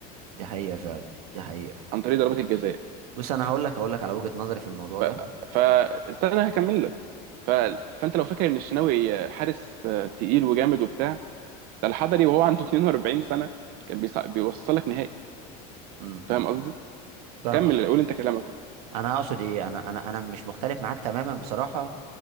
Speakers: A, on the right (about 85°); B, on the right (about 50°).
A: دي حقيقه فعلا دي حقيقه
B: عن طريق ضربات الجزاء
A: بص انا هقول لك هقول لك على وجهه نظري في الموضوع
B: ف...
A: ده
B: فاستنى هكمل لك ف... فانت لو فاكر ان الشناوي حارس تقيل وجامد وبتاع ده الحضري وهو عنده 42 سنه كان بيص... بيوصلك نهائي
A: امم
B: فاهم
A: امم
B: قصدي؟
A: فاهمك
B: كمل قول انت كلامك
A: انا اقصد ايه انا انا انا مش مختلف معاك تماما بصراحه